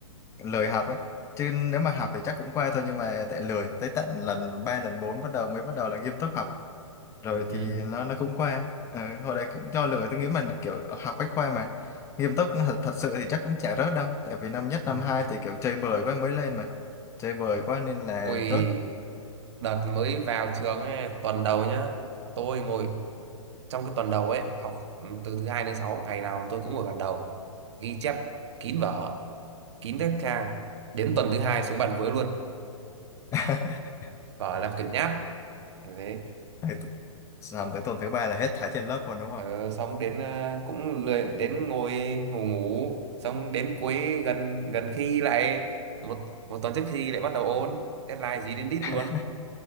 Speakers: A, on the left (about 15°); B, on the right (about 55°).
A: lười học ấy chứ nếu mà học thì chắc cũng qua thôi nhưng mà tại lười tới tận lần 3 lần 4 bắt đầu mới bắt đầu là nghiêm túc học rồi
B: ừ.
A: thì nó nó cũng qua Ờ, hồi đấy cũng do lười tôi nghĩ mình kiểu học bách khoa mà nghiêm túc thật, thật sự thì chắc cũng chả rớt đâu tại vì năm nhất
B: ừ.
A: năm hai thì kiểu chơi bời quá mới lên mà chơi bời quá nên là
B: ôi
A: rớt
B: đợt mới vào trường ấy, tuần đầu nhá tôi ngồi trong cái tuần đầu ấy học ừ, từ thứ hai đến sáu ngày nào tôi cũng ngồi bàn đầu ghi chép kín vở kín các trang đến tuần thứ hai xuống bàn cuối luôn
A: <laughs>
B: vở làm quyển nháp thế đấy
A: Thì tu- xong tới tuần thứ ba là hết thải trên lớp rồi đúng không
B: ờ, xong đến ờ, cũng lười đến ngồi ngủ ngủ xong đến cuối gần gần khi lại một một tuần trước khi lại bắt đầu ôn deadline gì đến đít
A: <laughs>
B: luôn